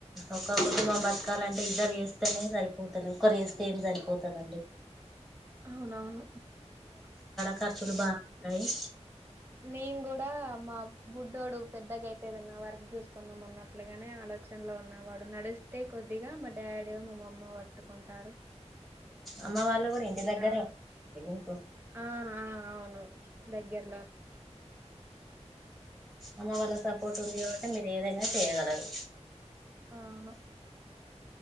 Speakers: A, in the centre; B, on the right.
A: ఒక కుటుంబం బతకాలంటే ఇద్దరు చేస్తేనే సరిపోతుంది ఒకరు వేస్తే ఏం సరిపోతుందండి
B: అవునవును
A: కచులు బాగుయి
B: నేన్ కూడా మా బుడ్డోడు పెద్దగా అయితేదన్న వర్క్ చూసుకుందాం అన్నట్లుగానే ఆలోచనలో ఉన్నవాడు నడిస్తే కొద్దిగా మా డాడీ మా అమ్మ పట్టుకుంటారు
A: అమ్మ వాళ్ళు కూడా ఇంటి
B: ఇకా
A: దగ్గరే ఉంటారు, మీకు
B: ఆ ఆ అవును దగ్గర
A: అమ్మ వాళ్ళ సపోర్ట్ ఉంది కాట్టి మీరు ఏదైనా అ చే తలరు
B: అవును